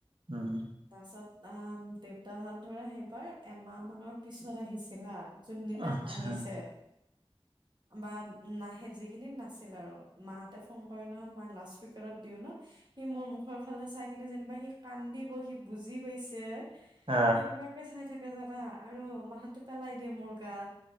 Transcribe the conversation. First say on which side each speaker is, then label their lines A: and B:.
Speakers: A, on the right; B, on the right.
A: উম
B: তাৰ পিছত আ দেউতাহঁত ধৰা সেইবাৰ এমাহ মানৰ পিছত আহিছিল হা। যোনদিনা
A: আচ্ছা
B: আহিছে বা মাহত যি কেইদিন নাছিল আৰু মাহঁতে ফোন কৰে নহয় মই লাউট স্পীকাৰত দিও ন' সি মোৰ মুখৰ ফালে চাই কিনে যেনিবা সি কান্দিব, সি বুজি পাইছে।
A: আ
B: সেনেকুৱাকে চাই থাকে জানা আৰু মাথাটো পেলাই দিয়ে মোৰ গাত